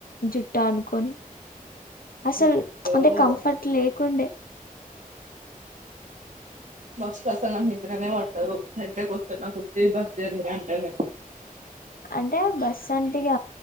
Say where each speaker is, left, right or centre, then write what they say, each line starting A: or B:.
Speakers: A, on the left; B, on the right.
A: జుట్ట అనుకొని అసలు
B: అయ్యో
A: అంటే కంఫర్ట్ లేకుండే
B: మస్త్ అసలు నా నిద్రనే పట్టదు హెడేక్ వస్తది నా బస్ జర్నీ అంటానే
A: అంటే బస్ అంటే ఇగ